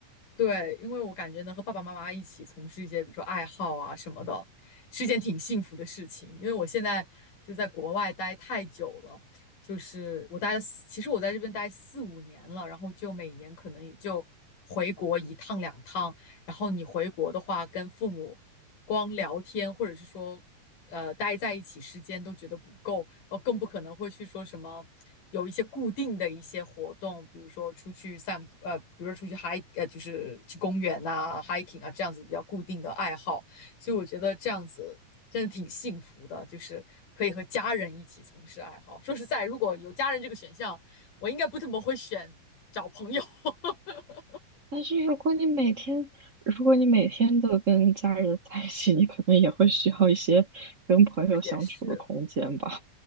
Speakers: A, on the left (about 75°); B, on the right (about 50°).
A: 对，因为我感觉能和爸爸妈妈一起从事一些，比如说爱好啊什么的，是一件挺幸福的事情。因为我现在就在国外待太久了，就是我待了四，其实我在这边待四五年了，然后就每年可能也就回国一趟两趟。然后你回国的话，跟父母光聊天，或者是说，呃，待在一起时间都觉得不够，然后更不可能会去说什么有一些固定的一些活动，比如说出去散步，呃，比如说出去 hike，呃，就是去公园啊、hiking 啊这样子比较固定的爱好。所以我觉得这样子真的挺幸福的，就是可以和家人一起从事爱好。说实在，如果有家人这个选项，我应该不怎么会选找朋友。<laughs>
B: 但是如果你每天如果你每天都跟家人在一起，你可能也会需要一些跟朋友相处的空间吧。
A: 也是。